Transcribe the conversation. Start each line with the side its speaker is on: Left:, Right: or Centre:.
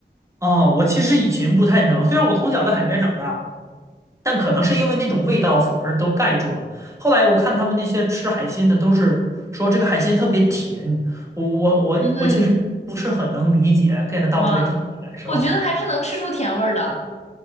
Right: 啊，我其实以前不太能，虽然我从小在海边长大，但可能是因为那种味道反而都盖住了。后来我看他们那些吃海鲜的，都是说这个海鲜特别甜，我我我我其实不是很能理解
Left: 嗯，
Right: get 到这个甜的感受。
Left: 哇，我觉得还是能吃出甜味儿的。